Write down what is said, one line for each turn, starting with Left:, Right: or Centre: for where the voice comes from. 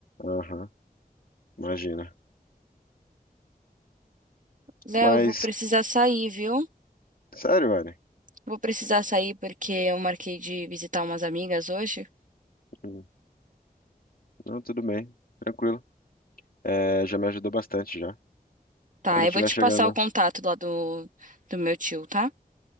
Left: Aham, imagina.
Right: Léo,
Left: Mas,
Right: vou precisar sair, viu?
Left: sério, velho.
Right: Vou precisar sair porque eu marquei de visitar umas amigas hoje.
Left: hum, Não, tudo bem, tranquilo. É, já me ajudou bastante já.
Right: Tá,
Left: Quando eu estiver
Right: eu vou te
Left: chegando,
Right: passar o contato lá do, do meu tio, tá?